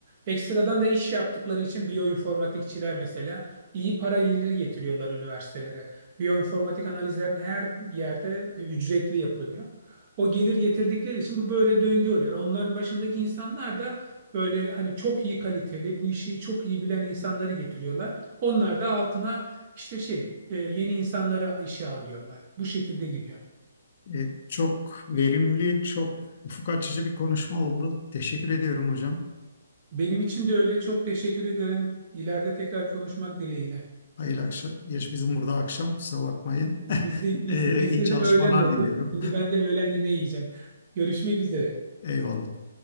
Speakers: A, on the right; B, on the left.
A: Ekstradan da iş yaptıkları için biyoinformatikçiler mesela iyi para geliri getiriyorlar üniversitelere. Biyoinformatik analizlerin her yerde e, ücretli yapılıyor. O gelir getirdikleri için bu böyle döngü oluyor. Onların başındaki insanlar da böyle hani çok iyi kaliteli, bu işi çok iyi bilen insanları getiriyorlar. Onlar da altına işte şey e, yeni insanları işe alıyorlar. Bu şekilde gidiyor.
B: E, çok verimli, çok ufuk açıcı bir konuşma oldu. Teşekkür ediyorum hocam.
A: Benim için de öyle. Çok teşekkür ederim. İleride tekrar konuşmak dileğiyle.
B: Hayırlı akşam. Geç bizim burada akşam, kusura bakmayın.
A: Bizde
B: <laughs>
A: biz,
B: E,
A: bizde
B: iyi çalışmalar
A: de öğlen oldu.
B: diliyorum.
A: Şimdi ben de öğlen yemeği yiyeceğim. Görüşmek üzere.
B: Eyvallah.